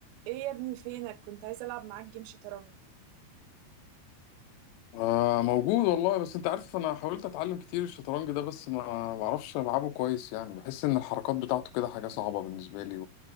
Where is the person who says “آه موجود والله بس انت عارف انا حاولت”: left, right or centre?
Left